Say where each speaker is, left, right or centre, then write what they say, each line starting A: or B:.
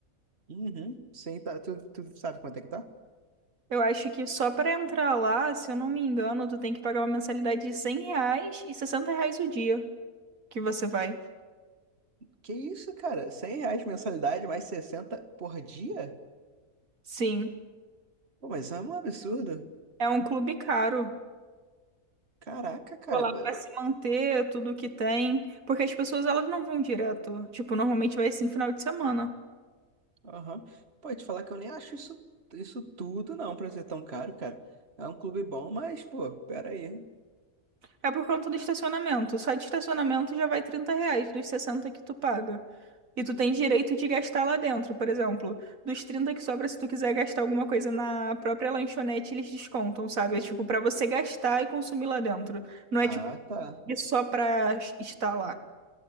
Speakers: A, on the right; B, on the right.
A: Uhum. Sim, tá, tu, tu sabe quanto é que tá?
B: Eu acho que só pra entrar lá, se eu não me engano, tu tem que pagar uma mensalidade de 100 reais e 60 reais o dia. que você vai.
A: Que isso, cara? 100 reais mensalidade, mais 60 por dia?
B: Sim,
A: Pô, mas isso é um absurdo.
B: é um clube caro.
A: Caraca, cara.
B: Pô, Lá
A: b-
B: vai se manter tudo que tem, porque as pessoas elas não vão direto. Tipo, normalmente vai assim final de semana.
A: Aham. Pô, te falar que eu nem acho isso, isso tudo, não, pra ser tão caro, cara. É um clube bom, mas, pô, peraí.
B: É por conta do estacionamento. Só de estacionamento já vai 30 reais dos 60 que tu paga. E tu tem direito de gastar lá dentro, por exemplo. Dos 30 que sobra, se tu quiser gastar alguma coisa na própria lanchonete, eles descontam, sabe? É tipo, pra você gastar e consumir lá dentro. Não é
A: Ah,
B: tipo,
A: tá.
B: só pra estar lá.